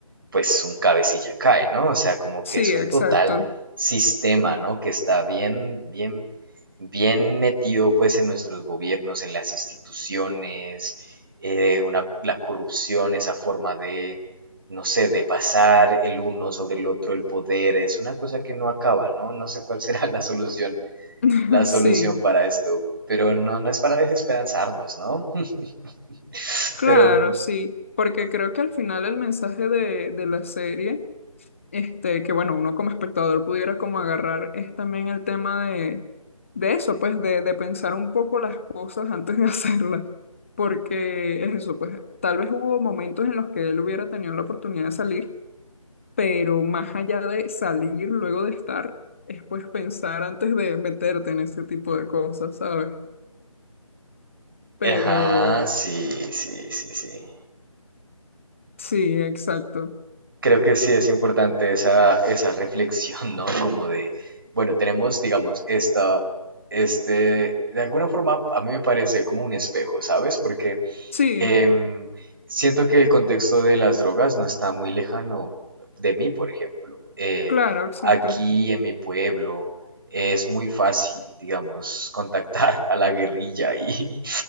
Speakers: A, on the right (about 40°); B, on the left (about 20°).
A: pues un cabecilla cae, ¿no? O sea, como
B: Sí,
A: que es un
B: exacto.
A: total sistema, ¿no? Que está bien, bien, bien metido pues en nuestros gobiernos, en las instituciones, eh, una- la corrupción, esa forma de, no sé, de pasar el uno sobre el otro, el poder, es una cosa que no acaba, ¿no? No sé cuál será <laughs> la solución,
B: <laughs>
A: la
B: Sí,
A: solución para esto, pero no, no es para desesperanzarnos, ¿no? <laughs>
B: claro,
A: Pero,
B: sí. Porque creo que al final el mensaje de, de la serie Este, que bueno, uno como espectador pudiera como agarrar es también el tema de, de eso, pues de, de pensar un poco las cosas antes de <laughs> hacerlas, porque es eso, pues tal vez hubo momentos en los que él hubiera tenido la oportunidad de salir, pero más allá de salir luego de estar, es pues pensar antes de meterte en ese tipo de cosas, ¿sabes? Pero
A: ajá, sí, sí, sí, sí.
B: sí, exacto.
A: Creo que sí es importante esa, esa reflexión, ¿no? Como de, bueno, tenemos, digamos, esta, este, de alguna forma a mí me parece como un espejo, ¿sabes? Porque
B: Sí,
A: em, siento que el contexto de las drogas no está muy lejano de mí, por ejemplo. Eh,
B: claro, exacto.
A: aquí en mi pueblo es muy fácil, digamos, contactar a la guerrilla y,